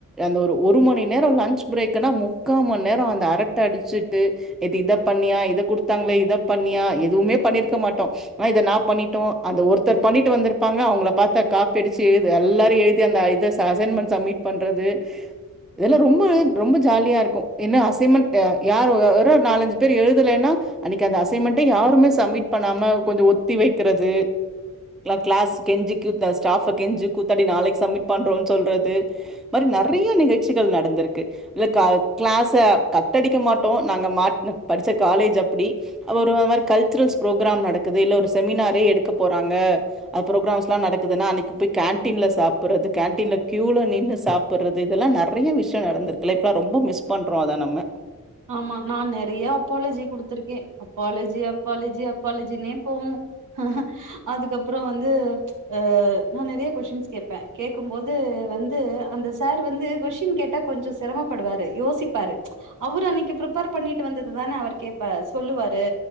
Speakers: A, in the centre; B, on the right (about 70°).
A: அந்த ஒரு ஒரு மணி நேரோ லன்ச் பிரேக்குன்னா முக்கா மண்நேரோ அந்த அரட்ட அடிச்சுட்டு இது இத பண்ணியா இத குடுத்தாங்களே இத பண்ணியா எதுமே பண்ணிருக்க மாட்டோ ஆ இத நா பண்ணிட்டோ அந்த ஒரு த்தர் பண்ணிட்டு வந்துருப்பாங்க அவங்கள பாத்தா காப்பி அடிச்சு எழுது எல்லாரு எழுதி அந்த இத அசைன்மெண்ட் சம்மிட் பண்றது இதெல்லா ரொம்ப ரொம்ப ஜாலியா இருக்கு என்ன அசைமெண்ட் ஆ யாரு ஒரு ஒரு நாலஞ்சு பேர் எழுதலேன்னா அன்னிக்கு அந்த அசைன்மெண்டே யாருமே சம்மிட் பண்ணாம கொஞ்சோ ஒத்தி வெக்கறது எல்லா கிளாஸ் கெஞ்சி கூத் ஸ்டாஃப கெஞ்சி கூத்தாடி நாளைக்கு சம்மிட் பண்றோன் சொல்றது இந்த மாரி நெறயா நிகழ்ச்சிகள் நடந்துருக்கு இல்ல க கிளாஸ கட்டடிக்க மாட்டோ நாங்க மாட் படிச்ச காலேஜ் அப்டி ஒரு மாரி கல்ச்சுரல்ஸ் ப்ரோக்ராம் நடக்குது இல்ல ஒரு செமினாரே எடுக்க போறாங்க அ ப்ரோக்ராம்ஸ்ல்லா நடக்குதுன்னா அன்னைக்கு போய் கேன்டீன்ல சாப்பர்றது கேன்டீன்ல கியூல நின்னு சாப் பறது இதெல்லா நெறைய விஷ்யோ நடந்துருக்குல இப்ப ரொம்ப மிஸ் பண்றோ அத நம்ம
B: <inaudible> ஆமா நா நெறையா அப்பாலஜி குடுத்துருக்கே அப்பாலஜி அப்பாலஜி அப்பாலஜினே போகு அ ஹ அதுக்கப்றோ வந்து ஆ நா நெறையா கொஷின்ஸ் கேப்ப கேக்கும் போது வந்து அந்த சார் வந்து கொஷின் கேட்டா கொஞ்ச சிரமப்படுவாரு யோசிப்பாரு அவரு அன்னிக்கு பிரிப்பேர் பண்ணிட்டு வந்தது தான அவரு கேப்பா சொல்லுவாரு